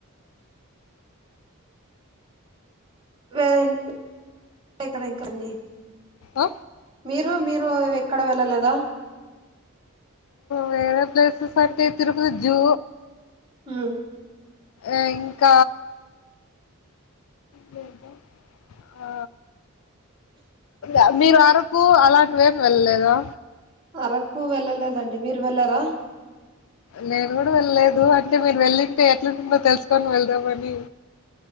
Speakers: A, on the right; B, on the left.
A: వేరకదాన్న
B: ఆ
A: మీరు మీరు ఎక్కడ వెళ్ళలేదా
B: వేర ప్లేసస్ అయింటతేరు జూ
A: హ
B: ఆ క్క ద ఆ అ మీరు అరకు అలాంటివేమి వెళ్ళలేదా
A: అరకు వెళ్ళలేదండి మీరు వెళ్లారా
B: నేను కూడా వెళ్ళలేదు అంటే మీరు వెళ్ళింటే ఎట్లుంటుందో తెలుసుకొని వెళ్దామని